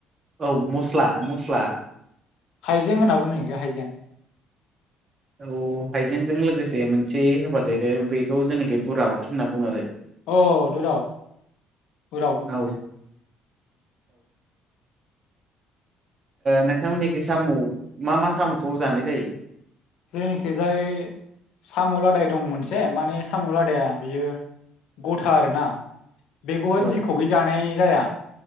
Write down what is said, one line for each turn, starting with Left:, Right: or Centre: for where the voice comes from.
Right: औ मस्ला मस्ला
Left: हाइजें होनना बुङो इखो हाइजें
Right: औ हाइजेंजों लोगोसे मोनसे होफाादेरो बेखौ जोंनिखै बुराउड होनना बुङो आरो
Left: अ दरावद उरावद
Right: औ नोंथांमोननिखै साम' मा मा साम'खौ जानाय जायो?
Left: जोंनिखैजाय साम' लादाय दं मोनसे माने साम' लादाया बेयो गथा आरोना बेखौहाय
Right: औ
Left: बिखौै जानाय जाया।